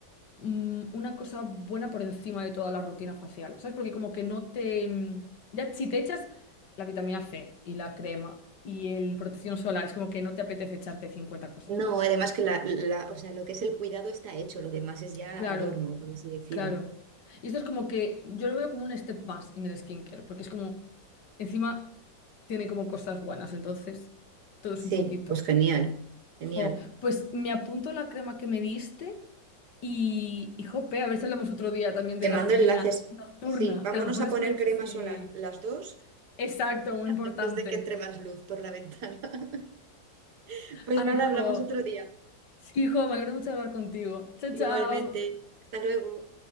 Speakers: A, on the left; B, on the right.
A: mm, una cosa buena por encima de toda la rutina facial, ¿sabes? Porque como que no te... mm, Ya si te echas la vitamina C y la crema y el protección solar, es como que no te apetece echarte 50 cosas
B: No,
A: más.
B: además que la, la- o sea, lo que es el cuidado está hecho, lo demás es ya
A: Claro,
B: adorno, por así decirlo.
A: claro. Y esto es como que yo lo veo como un step más en el skincare, porque es como, encima tiene como cosas buenas, entonces todo es
B: Sí,
A: un poquito.
B: pues genial, genial.
A: Jo, pues me apunto la crema que me diste y, y jope, a ver si hablamos otro día también de
B: Te
A: la
B: mando
A: rutina
B: enlaces.
A: nocturna,
B: Sí, vámonos
A: que a lo mejor
B: a
A: descubrimos
B: poner crema
A: así.
B: solar, las dos,
A: Exacto, muy importante.
B: antes de que entre más luz por la ventana. <laughs> Pues
A: Ay,
B: nada,
A: jo.
B: hablamos otro día.
A: Sí, jo, me alegro mucho de hablar contigo. Chao,
B: Igualmente.
A: chao.
B: Hasta luego.